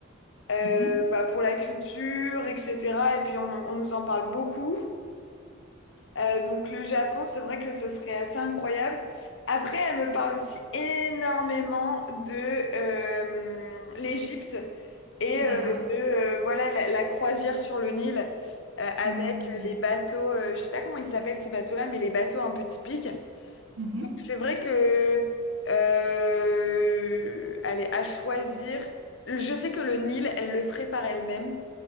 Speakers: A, on the left; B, on the right.
A: euh,
B: Mhm.
A: bah, pour la culture, etc. Et puis, on, en- on nous en parle beaucoup. Euh, donc, le Japon, c'est vrai que ce serait assez incroyable. Après, elle me parle aussi énormément de euh, l'Égypte et
B: D'accord.
A: euh, de euh, voilà la, la croisière sur le Nil euh, avec
B: Mm.
A: les bateaux. euh, je sais pas comment ils s'appellent ces bateaux-là, mais les bateaux un peu typiques.
B: Mhm.
A: Donc, c'est vrai que, euh, allez, à choisir, je sais que le Nil, elle le ferait par elle-même,